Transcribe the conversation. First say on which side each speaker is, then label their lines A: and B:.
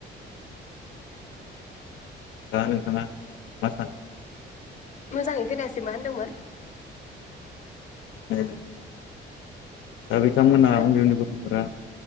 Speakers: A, on the left (about 80°); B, on the left (about 40°).
A: दा नोंथाङा मा सानो?
B: मोजाङै खोनायासै मा होनदोंमोन?
A: <unintelligible> दा बिथांमोना
B: खोन
A: उन्दै उन्दै गथ'फोरा